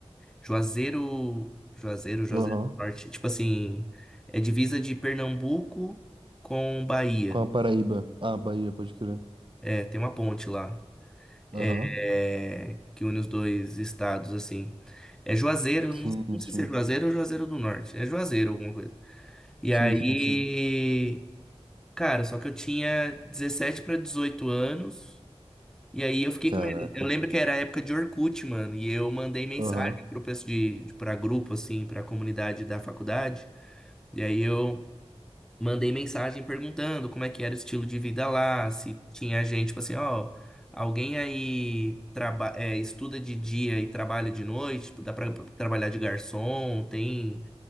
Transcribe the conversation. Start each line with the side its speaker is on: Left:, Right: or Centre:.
Centre: Juazeiro, Juazeiro, Juazeiro
Right: Aham.
Centre: do Norte. Tipo assim, é divisa de Pernambuco com Bahia.
Right: Com a Paraíba. Ah, Bahia, pode crer.
Centre: É, tem uma ponte lá,
Right: Aham.
Centre: é, que une os dois estados, assim. É Juazeiro,
Right: Sim,
Centre: não, não sei
Right: sim.
Centre: se é Juazeiro ou Juazeiro do Norte. É Juazeiro, alguma coisa. E
Right: Sim,
Centre: aí,
Right: sim, sim.
Centre: cara, só que eu tinha 17 para 18 anos. E aí eu fiquei
Right: Caraca.
Centre: com medo. Eu lembro que era a época de Orkut, mano. E eu mandei mensagem
Right: Aham.
Centre: pro pessoal de, de- pra grupo, assim, pra comunidade da faculdade. E aí eu Mandei mensagem perguntando como é que era o estilo de vida lá, se tinha gente, tipo assim, ó, alguém aí traba é, estuda de dia e trabalha de noite, tipo, dá pra pra trabalhar de garçom, tem